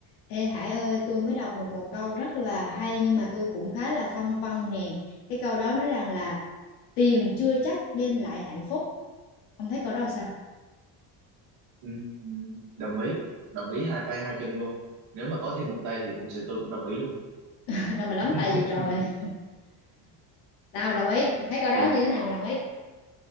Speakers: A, on the left (about 80°); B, on the right (about 80°).
A: Ê Hải ơi, tôi mới đọc được một câu rất là hay nhưng mà tôi cũng khá là phân vân nè. Cái câu đó nói rằng là tiền chưa chắc đem lại hạnh phúc. Ông thấy câu đó là sao?
B: Ừm, đồng ý đồng ý hai tay hai chân luôn nếu mà có thêm một tay thì cũng sẽ tôi cũng đồng ý luôn
A: <laughs> Đâu mà lắm tay
B: <laughs>
A: vậy trời. Sao đồng ý? Thấy câu đó
B: thì,
A: như thế nào mà đồng ý?